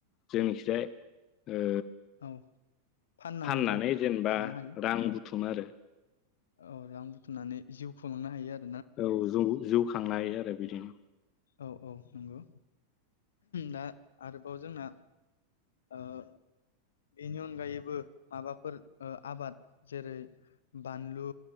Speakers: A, on the left; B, on the left.
A: जोंनिखिजाय ओ
B: औ फाननानैबो
A: फाननानै जेनेबा
B: जानो हायो
A: रां
B: औ
A: बुथुमो आरो।
B: औ रां बुथुमनानै जिउ खुंलांनो हायो आरो।
A: औ जं जौ थांनाय आरो बिदिनो
B: औ औ नंगौ दा आरोबाव जोंना बेनि अनगायैबो माबाफोर आबाद जेरै बानलु